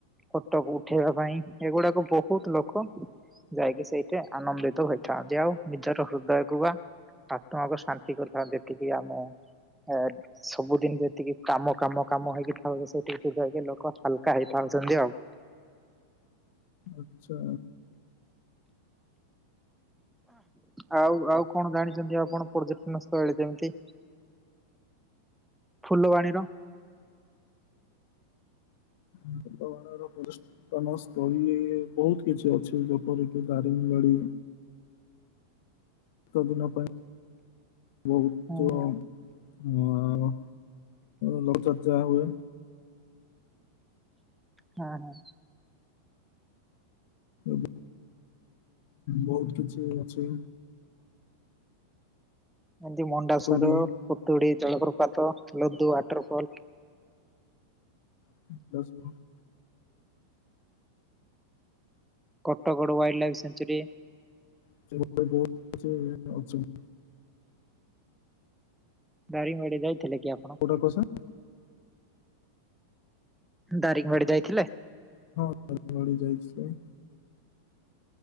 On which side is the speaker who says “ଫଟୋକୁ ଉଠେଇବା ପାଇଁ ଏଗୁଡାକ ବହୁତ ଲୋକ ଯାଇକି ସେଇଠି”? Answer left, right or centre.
Centre